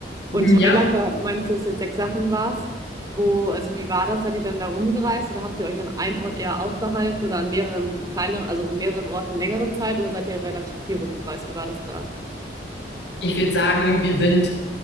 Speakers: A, on the right; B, on the left.
A: Und
B: Mhm,
A: Thailand,
B: Ja.
A: da meinst du, dass du jetzt sechs Sachen warst? Wo, also wie war das? Seid ihr dann da rumgereist oder habt ihr euch an einem Ort eher aufgehalten oder an mehreren kleineren, also an mehreren Orten längere Zeit oder seid ihr relativ viel rumgereist? Wie war das da?
B: Ich würde sagen, wir sind,